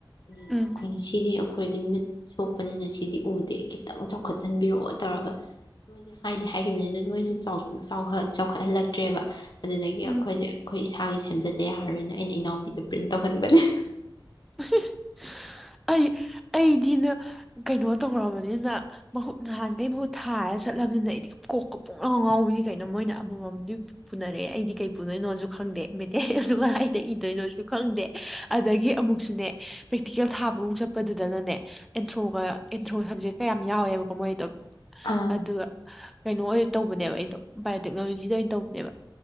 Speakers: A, on the left; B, in the centre.
A: ꯑꯗꯨꯗꯨ
B: ꯎꯝ
A: ꯑꯩꯈꯣꯏꯅ ꯁꯤꯗꯤ ꯑꯩꯈꯣꯏꯗꯤ ꯃꯤꯠ ꯁꯣꯛꯄꯅꯤꯅ ꯁꯤꯗꯤ ꯎꯗꯦ ꯈꯤꯇꯪ ꯆꯥꯎꯈꯠꯍꯟꯕꯤꯔꯛꯑꯣ ꯇꯧꯔꯒ ꯃꯣꯏꯁꯦ ꯍꯥꯏꯗꯤ ꯍꯥꯏꯈꯤꯕꯅꯤ ꯑꯗꯨ ꯃꯣꯏꯁꯦ ꯆꯥꯎ ꯆꯥꯎꯈꯠꯍꯜꯂꯛꯇ꯭ꯔꯦꯕ ꯑꯗꯨꯗꯒꯤ
B: ꯎꯝ
A: ꯑꯩꯈꯣꯏꯁꯦ ꯑꯩꯈꯣꯏ ꯏꯁꯥꯒꯤ ꯁꯦꯝꯖꯗ ꯌꯥꯔꯔꯣꯏꯅ ꯑꯩꯅ ꯏꯅꯥꯎꯕꯤꯗ ꯄ꯭ꯔꯤꯟ ꯇꯧꯍꯟꯕꯅꯦ <unintelligible>
B: <unintelligible> ꯑꯩ ꯑꯩꯗꯤꯅ ꯀꯩꯅꯣ ꯇꯧꯔꯕꯅꯤꯅ ꯅꯍꯥꯟꯈꯩꯕ ꯃꯍꯨꯠ ꯊꯥꯔ ꯆꯠꯂꯕꯅꯤꯅ ꯑꯩꯗꯤ ꯀꯣꯛꯀ ꯄꯨꯡꯉꯥꯎꯕꯅꯤ ꯀꯩꯅꯣ ꯃꯣꯏꯅ ꯑꯃꯃꯝꯗꯤ ꯄꯨꯅꯔꯛꯑꯦ ꯑꯩꯗꯤ ꯀꯩ ꯄꯨꯗꯣꯏꯅꯣꯁꯨ ꯈꯪꯗꯦ ꯃꯦꯇꯔꯤꯌꯜꯁꯨ ꯀꯥꯏꯗ ꯏꯗꯣꯏꯅꯣꯁꯨ ꯈꯪꯗꯦ ꯑꯗꯒꯤ ꯑꯃꯨꯛꯁꯨꯅꯦ ꯄ꯭ꯔꯦꯛꯇꯤꯀꯦꯜ ꯊꯥꯕꯃꯨꯛ ꯆꯠꯄꯗꯨꯗꯅꯅꯦ ꯑꯦꯟꯊ꯭ꯔꯣꯒ ꯑꯦꯟꯊ꯭ꯔꯣ ꯁꯕꯖꯦꯛꯀ ꯌꯥꯝ ꯌꯥꯎꯋꯦꯕꯀꯣ ꯃꯣꯏꯗꯣ
A: ꯑꯥ
B: ꯑꯗꯨꯒ ꯀꯩꯅꯣ ꯑꯣꯏꯅ ꯇꯧꯕꯅꯦꯕ ꯑꯩꯗꯣ ꯕꯥꯏꯑꯣꯇꯦꯛꯅꯣꯂꯣꯖꯤꯗ ꯑꯣꯏꯅ ꯇꯧꯕꯅꯦꯕ